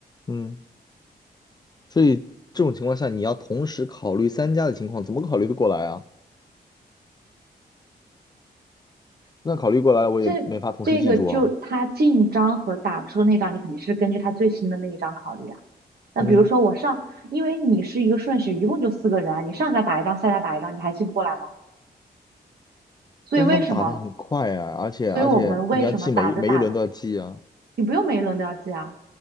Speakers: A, on the left; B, on the right.
A: 嗯，所以这种情况下，你要同时考虑三家的情况，怎么考虑得过来啊？那考虑过来了我也没法同时记住啊。
B: 这这个就他进张和打出那张，你肯定是根据他最新的那一张考虑啊。那比如说我上，
A: 嗯，
B: 因为你是一个顺序，一共就四个人啊，你上家打一张，下家打一张，你还记不过来吗？所以为什么？
A: 但是他们打的很快啊，而且而且你要记每一每一轮都要记啊。
B: 所以我们为什么打着打，你不用每一轮都要记啊？